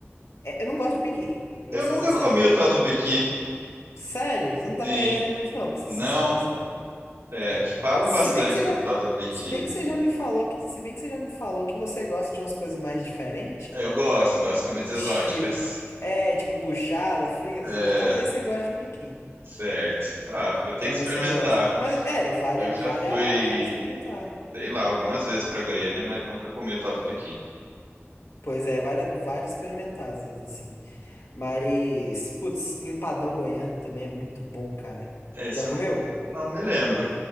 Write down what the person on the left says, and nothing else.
É, Eu não gosto de Pequi, vou
ser
sincero.
Sério, você não tá
perdendo muito, não, pra ser
sincero, sabe?
É.
Se
bem que você já.
Se bem
que você já me falou que. Se bem que você já me falou que você gosta de umas coisas mais diferentes.
Tipo.
É, tipo buchada, figa, essas
coisas. Talvez você goste de Pequi.
Talvez
você goste. Mas é, vale,
a-
vale,
a- vale experimentar.
Pois é, vale, vale experimentar, às vezes, assim. Mas, putz, empadão goiano também é muito bom, cara.
Já
comeu?